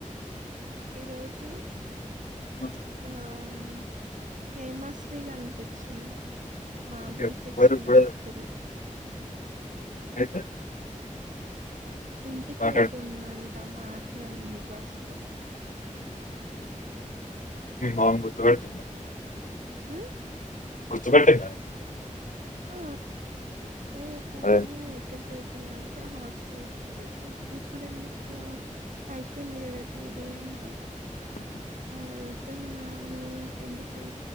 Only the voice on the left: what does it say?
నాకు
ఎవ్వరు
కూడా
అయితే
మాట్లాడు
మాను గు తగతుంద
కొర్చపెట్టంద
అదే